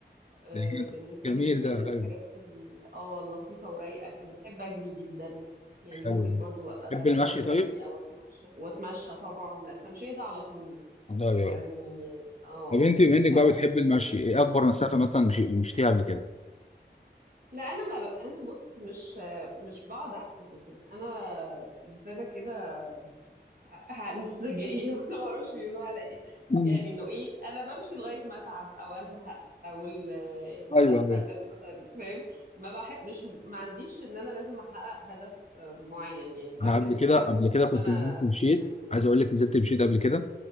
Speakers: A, on the right; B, on the left.
A: آه،
B: ده
A: بالنسبه
B: جميل
A: لي دي من
B: ده
A: الحاجات
B: ايوه
A: ال- اه اللطيفه ورايقه كده بحب اجري جدا يعني
B: حلو
A: ممكن برضو ابقى
B: بتحبي
A: زهقانه
B: المشي
A: انزل
B: طيب
A: اجري او اتمشى واتمشى طبعا لا، التمشيه ده على طول
B: ايوه
A: يعني اه
B: طب انت بما انك
A: ف
B: بقى بتحب المشي ايه اكبر مسافه مثلا مشي- مشيتيها قبل كده؟
A: لا انا ما ب... انا بص مش آه، مش بقعد احسب وكده انا انسانه كده ع- لسه جاية وأنا معرفش <laughs> بيقولوا على إيه
B: مم.
A: يعني إنه إيه أنا بمشي لغاية ما أتعب أو أزهق أو ال- اللفة
B: ايوه ايوه
A: اللي أنا مثلا فاهم ما بحب مش ما عنديش إن أنا لازم أحقق هدف آه، معين يعني بعمل
B: انا قبل
A: الحاجة
B: كده قبل
A: طول
B: كده كنت
A: ما أنا
B: نزلت مشيت
A: عايزاه
B: عايز اقول لك نزلت مشيت قبل كده